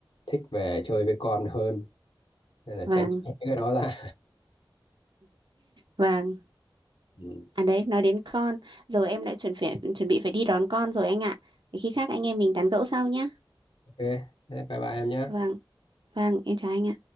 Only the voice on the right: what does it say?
Vâng,
vâng.
À đấy, nói đến con, giờ em lại chuẩn phải chuẩn bị phải đi đón con rồi anh ạ. Để khi khác anh em mình tán gẫu sau nhá.
Vâng, vâng, em chào anh ạ.